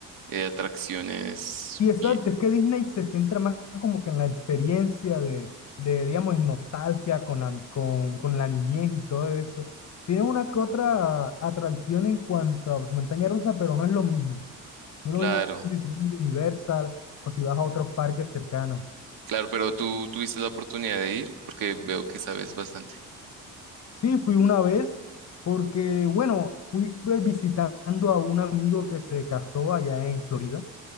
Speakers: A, on the right (about 85°); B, on the left (about 55°).
A: eh, atracciones.
B: Y exacto,
A: Y,
B: es que Disney se centra más como que en la experiencia de, de digamos, en nostalgia con la, con, con la niñez y todo eso. Tiene una que otra atracción en cuanto a montaña rusa, pero no es lo mismo. No
A: claro.
B: es lo mismo si tú vas a Universal o si vas a otros parques cercanos.
A: Claro, pero tú tuviste la oportunidad de ir porque veo que sabes bastante.
B: Sí, fui una vez porque, bueno, fui pues, visitando a un amigo que se casó allá en Florida.